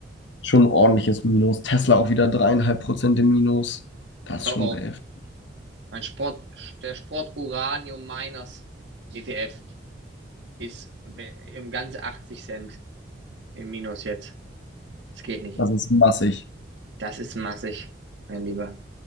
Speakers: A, on the left; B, on the right.
A: Schon ein ordentliches Minus. Tesla auch wieder 3,5% im Minus. Das ist
B: oh
A: schon
B: oh.
A: sehr heftig.
B: Mein Sport, der Sport Uranium Miners ETF ist be- im Ganze 80 Cent im Minus jetzt. Das geht nicht.
A: Das ist massig.
B: Das ist massig, mein Lieber.